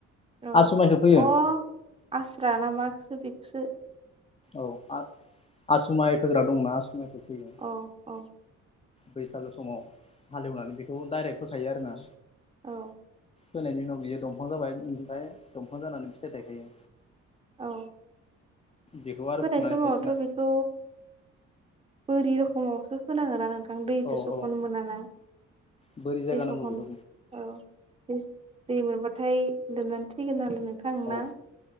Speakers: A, on the right; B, on the left.
A: र
B: आसु मायखो फोयो।
A: अ आस्रा ना मा खोसो बेखोसो
B: औ आ आसुमाय फोग्रा दंना आसु माइखौ फैयो।
A: औ - औ।
B: बैसागु समाव हाल एवनानै बेखौ डाइरेक्ट फोखायो आरोना।
A: औ।
B: फोनायनि उनाव बियो दंफां जाबाय ओमफाय दंफां जानानै फिथाइ थायखायो।
A: औ।
B: बेखौ आरो
A: होनाय
B: फुनानै
A: समावथ'
B: गायफिना
A: बेखौ बोरि रोखोमावसो फोनांगोना नोंथां दैथो
B: औ
A: स'खननो
B: औ
A: मोना ना।
B: बोरै जायगा
A: दै स'खन
B: नांगौ बेखौ
A: औ दै - दै मोनबाथाय लोमनानै थैगोन नालाय नोंथां
B: औ
A: ना।